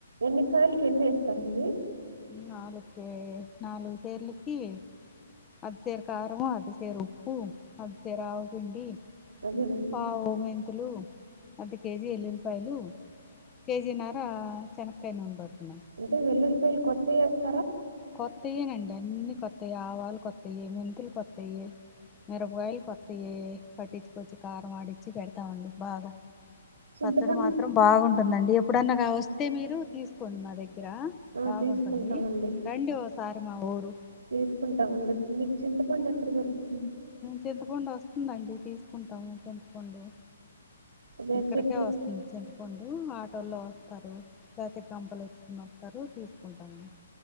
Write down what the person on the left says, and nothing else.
నాలుక నాలుగు సేర్లికి అది సేరు కారంవం అది సేరు ఉప్పు అది సేరు ఆవుపిిండి
పా ఓ మెంతులు అర్ధ కేజీ ఎల్లుల్లిపాయలు కేజీ నర చెనకాయ నూనబడుతుంది
కొత్తయేనండి అన్నిీ కొత్తయి ఆవాలు కొత్తయ మెంతులు కొత్తవి మిరపయలు కొత్తవి పట్టించుకొచ్చి కారం వాడించిి పెడతామండి బాగా
పచ్చడి మాత్రం బాగుంటుందండి ఎప్పుడన్నా వస్తే మీరు తీసుకోండి మా దగ్గర రా
బాగుంటుంది
రండి ఓసారి మా ఊరు
చింతపండు వస్తుందండి తీసుకుంటాము చింతపండు
ఇక్కడికే
వస్తుంది చింతపండు ఆటోల్లో వస్తు ారు లేకతే గపలు ఎత్తుకుని వతారు తీసుకుంటాము